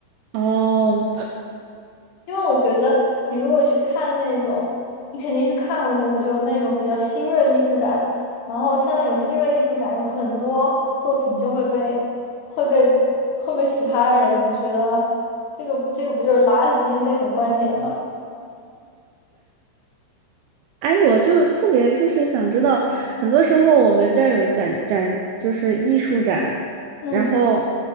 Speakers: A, on the right; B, on the left.
A: 哦，
B: 因为我觉得你如果去看那种，你肯定是看过那种，就是那种比较新锐艺术展，然后像那种新锐艺术展，有很多作品就会被会被会被其他人觉得这个这个不就是垃圾那种观点吗？
A: 哎，我就特别就是想知道，很多时候我们这儿有展展，就是艺术展，
B: 嗯
A: 然后，